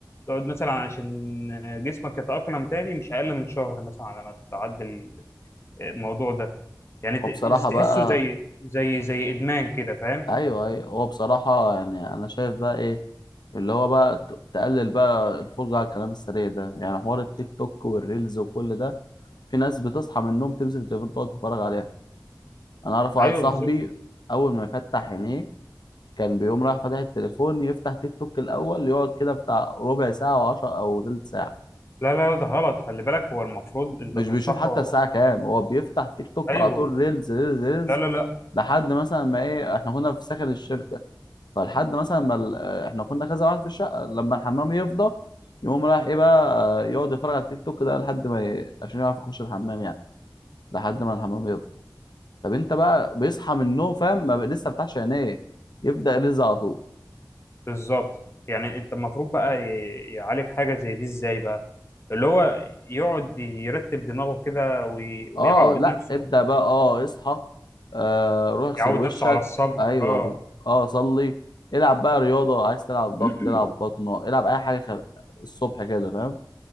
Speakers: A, on the left; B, on the left.
A: تقعد مثلا عشان جسمك يتأقلم تاني مش اقل من شهر مثلا على ما تتعدل الموضوع ده يعني ت-
B: هو بصراحة بقى
A: تحسه زي زي زي ادمان كده فاهم
B: ايوه ايوه هو بصراحة يعني انا شايف بقى ايه اللي هو بقى ت- تقلل بقى الفرجة على الكلام السريع ده يعني حوار التيك توك والريلز وكل ده في ناس بتصحى من النوم تمسك التليفون تقعد تتفرج عليها انا اعرف واحد
A: ايوه
B: صاحبي
A: بالظبط
B: اول ما يفتح عينيه كان بيقوم رايح فاتح التليفون يفتح تيك توك الاول يقعد كده بتاع ربع ساعه وعشر او تلت ساعه
A: لا لا لا، ده غلط خلي بالك هو المفروض انت
B: مش
A: تنصحه
B: بيشوف حتى الساعه كام هو بيفتح تيك توك
A: ايوه
B: على طول ريلز ريلز ريلز
A: لا لا لا
B: لحد مثلا ما ايه احنا كنا في سكن الشركه فلحد مثلا ما ال- آه، احنا كنا كذا واحد في الشقه لما الحمام يفضى يقوم رايح ايه بقى آه، يقعد يتفرج على التيك توك ده لحد ما ي... عشان يعرف يخش الحمام يعني لحد ما الحمام يفضى طب انت بقى بيصحى من النوم فاهم ما بقى لسه فتحش عينيه يبدا يرز على طول
A: بالظبط يعني انت المفروض بقى ي- يعالج حاجه زي دي ازاي بقى اللي هو يقعد يرتب دماغه كده وي- ويعود
B: اه لا
A: نفسه
B: ابدا بقى اه اصحى آه روح اغسل
A: يعود
B: وشك
A: نفسه على الصبر
B: ايوه
A: اه
B: ب- اه صلي العب بقى رياضه عايز تلعب ضغط
A: <clears throat>
B: العب بطنه العب اي حاجه خ... الصبح كده فاهم